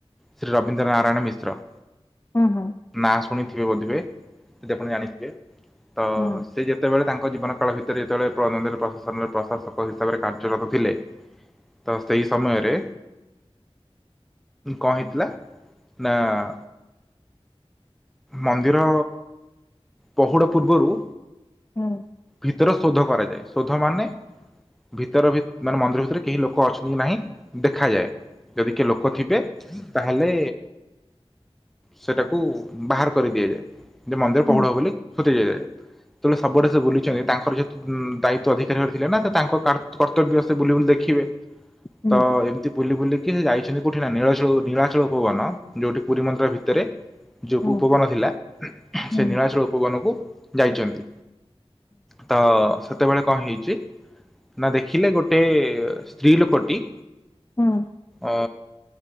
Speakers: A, in the centre; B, on the left.
A: ଶ୍ରୀ ରବୀନ୍ଦ୍ର ନାରାୟଣ ମିଶ୍ର।
B: ହୁଁ ହୁଁ।
A: ନା ଶୁଣିଥିବେ ବୋଧିବେ ସେଦି ଆପଣ ଜାଣି ଥିବେ ତ
B: ହୁଁ
A: ସେ ଯେତେ ବେଳେ ତାଙ୍କ ମୋଜିବନ କାଳ ଭିତରେ ସେଥେ ରେ ଯେତେ ବେଳେ ପ୍ରନଦରେ ପ୍ରସେ ସନର ପ୍ରଶା ସକ ହିସାବରେ କାର୍ଯ୍ୟ ଆଳାପ ଥିଲେ ତ ସେଇ ସମୟରେ କଣ ହେଇ ଥିଲା ନାଆଁ ମନ୍ଦିର ପହୁଡ଼ ପୂର୍ବରୁ
B: ହୁଁ।
A: ଭିତର ଶୋଧ କରାଯାଏ ଶୋଧ ମାନେ ଭିତର ମାନେ ମନ୍ଦିର ଭିତରେ କେହି ଲୋକ ଅଛନ୍ତି କି ନାହିଁ ଦେଖାଯାଏ ଯଦି କିଏ ଲୋକ ଥିବେ ତାହେଲେ ସେଟାକୁ ବାହାର କରି ଦିଆଯାଏ। ମନ୍ଦିର
B: ହୁଁ
A: ପହୁଡ ହବ ବୋଲି କୋଉଠିଏ? ତୁମେ ସବୁଆଡେ ସେ ବୁଲିନଚି ତାଙ୍କର ଯେହତୁ ଦାୟିତ୍ୱ ଅଧିକାରୀ ହବାର ଥିଲା ନା ସେ ତାଙ୍କ କର୍ତ୍ତବ୍ୟ ସେ ବୁଲି ବୁଲି ଦେଖିବେ।
B: ହୁଁ
A: ତ
B: ହୁଁ
A: ଏମିତି ବୁଲି ବୁଲି କି ସେ ଯାଇ ଛନ୍ତି କୋଉଠି ନା ନିଳା ନିଳାଚଳ କୋଉ ବନ? ଯେଉଠି ପୁରୀ ମନ୍ଦ୍ରିରତ ଭି ଏବେ ଯୋଉ
B: ହୁଁ
A: ଭୁପବନ ଥିଲା
B: ହୁଁ ହୁଁ
A: ସେ
B: ହୁଁ
A: ନୀଳାଚଳ ଉପ କନକୁ ଯାଇଛନ୍ତି। ତ ସେତ୍ ସେତେବେଳେ କଣ ହେଇଛି ନା ଦେଖିଲେ ଗୋଟେ ସ୍ତ୍ରୀ ଲୋକଟି
B: ହୁଁ।
A: ଅ